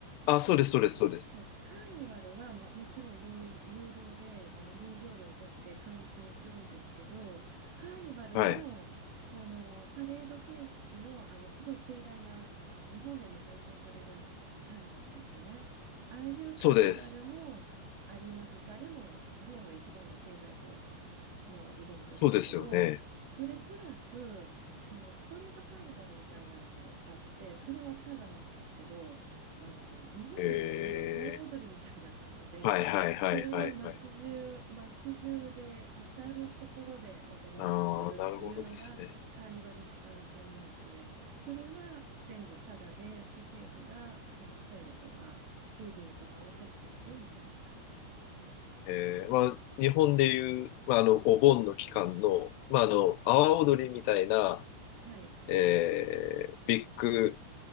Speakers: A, on the left; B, on the right.
A: あ、そうです、そうです、そうです。
B: そう、カーニバルは、まあ、もちろん有、有料であの入場料を取って観戦するんですけどカーニバルもそのパレード形式の、
A: はい。
B: あのすごい盛大なあの日本でも放送されるカーニバルですよね。ああいうカーニバルもありますしあれもリオの一番の経済効果のイベントですけどそれプラスそのストリートカーニバルみたいなのもあってそれはただなんですけど。
A: そうです。そうですよね。
B: あの日本でいう盆踊りみたいな感じでそれが街中街中で至る所で行われてるっていうのがカーニバル期間中なのでそれは全部タダで市政府がそのトイレとか警備員とかを組織するみたいな感じですね。
A: へえ。はいはいはいはいはい。ああ、なるほどですね。えー、まあ、日本でいう、まあ、あの、お盆の期間の、まあ、あの、阿波踊りみたいな、
B: はい、
A: えー、ビッグ